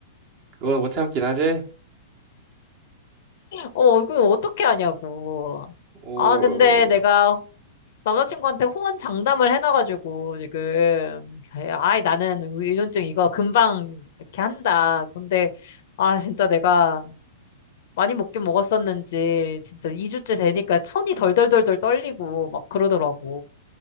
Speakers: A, on the right; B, on the left.
A: 그건 못 참긴 하지?
B: 어, 이거 어떻게 하냐고.
A: 오,
B: 아, 근데 내가
A: 어,
B: 남자친구한테 호언 장담을 해놔가지고 지금 아이 나는 의존증 이거 금방 이렇게 한다. 근데 아 진짜 내가 많이 먹긴 먹었었는지 진짜 2주째 되니까 손이 덜덜덜덜 떨리고 막 그러더라고.